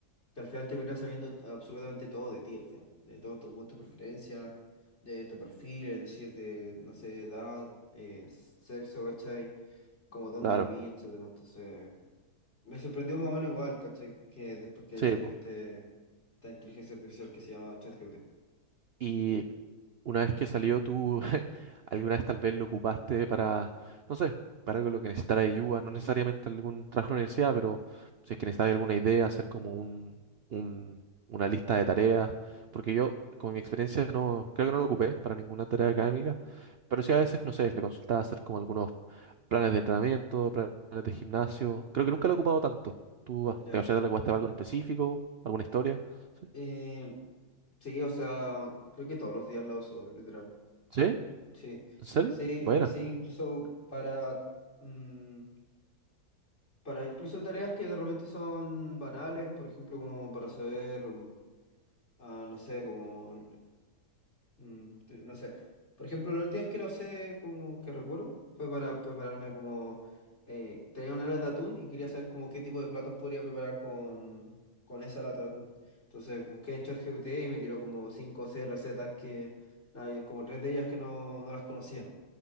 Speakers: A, on the left (about 45°); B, on the right (about 55°).
A: que al final te terminara sabiendo absolutamente todo de ti, al final. De todos tus gustos, preferencias, de tu perfil, es decir, de, no sé, edad, eh, s- sexo, ¿cachai? Como dónde
B: claro,
A: viví, etcétera. Entonces, me sorprendió más o menos igual, ¿cachai? Que después que
B: sí,
A: salió
B: po.
A: este, esta inteligencia artificial que se llama ChatGPT.
B: Y Una vez que salió, tú <laughs> alguna vez tal vez lo ocupaste para, no sé, para algo en lo que necesitara ayuda, no necesariamente algún trabajo en la universidad, pero si es que necesitas alguna idea, hacer como un, un- una lista de tareas, porque yo, con mi experiencia, no, creo que no lo ocupé para ninguna tarea académica, pero sí a veces, no sé, le consultaba hacer como algunos planes de entrenamiento, planes de gimnasio, creo que nunca lo he ocupado tanto. ¿Tú, ah,
A: Ya.
B: o sea, te lo ocupaste para algo en específico, alguna historia? ¿Sí?
A: Eh, sí, o sea, creo que todos los días la uso, literal.
B: ¿Sí?
A: Sí.
B: ¿En serio?
A: Sí,
B: Buena.
A: y sí, incluso para... mm, Para incluso tareas que de repente son banales, por ejemplo, como para saber, mm, ah, no sé, como, mm, te- no sé. Por ejemplo, la última vez que lo sé, como que recuerdo, fue para prepararme como, eh, tenía una lata de atún y quería saber como qué tipo de platos podría preparar con, con esa lata de atún. Entonces busqué en ChatGPT y me tiró como 5 o 6 recetas que, nada, habían como tres de ellas que no, no las conocía.